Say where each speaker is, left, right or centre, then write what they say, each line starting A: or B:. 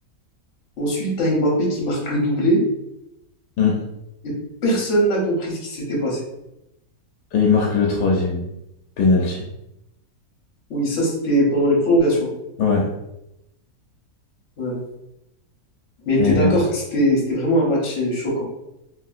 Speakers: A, on the left; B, on the left.
A: Ensuite, t'as Mbappé qui marque le doublé
B: Mm.
A: et personne n'a compris ce qui s'était passé.
B: Et il marque le troisième penalty.
A: Oui, ça, c'était pendant les prolongations.
B: Ouais.
A: Ouais. Mais
B: Et
A: t'es d'accord que c'était, c'était vraiment un match euh, choquant.